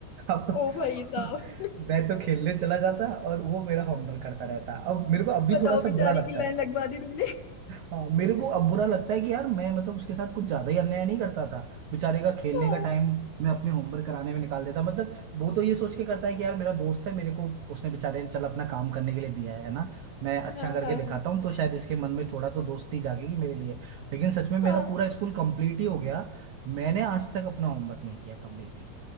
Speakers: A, on the right; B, on the left.
A: अब
B: ओ भाई साहब
A: <laughs> मैं तो खेलने चला जाता और वो मेरा होमवर्क करता रहता अब मेरे को अब भी
B: बताओ
A: थोड़ा सा
B: बेचारे
A: बुरा लगता
B: की लाइन
A: है
B: लगवा दी तुमने
A: हाँ मेरे को अब बुरा लगता है कि यार मैं मतलब उसके साथ कुछ ज्यादा ही अन्याय नहीं करता था बेचारे का खेलने
B: हाँ
A: का टाइम मैं अपने होमवर्क कराने में निकाल देता मतलब वो तो ये सोच के करता है कि यार मेरा दोस्त है मेरे को उसने बेचारे ने चल अपना काम करने के लिए दिया है ना मैं अच्छा
B: हाँ
A: करके
B: हाँ
A: दिखाता हूँ तो शायद इसके मन में थोड़ा तो दोस्ती जागेगी मेरे लिए लेकिन सच में मेरा
B: हाँ
A: पूरा स्कूल कंप्लीट ही हो गया मैंने आज तक अपना होमवर्क नहीं किया कभी भी